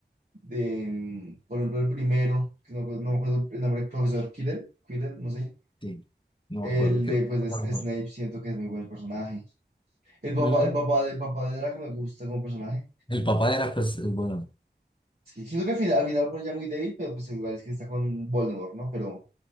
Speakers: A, on the right; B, on the left.
A: de, mm, por ejemplo, el primero, que no, me acuerdo- no me acuerdo el nombre, profesor Quirrell, Quirrell, no sé.
B: sí. No
A: El
B: me acuerdo. Es
A: de,
B: que no
A: pues,
B: no me
A: de
B: acuerdo.
A: Snape, siento que es muy buen personaje. El papá,
B: Ujú.
A: el papá, de- el papá de Draco me gusta como personaje.
B: El papá era, pues, el bueno.
A: Sí, siento que al final, al final pone ya muy débil, pero pues igual es que está con Voldemort, ¿no? Pero,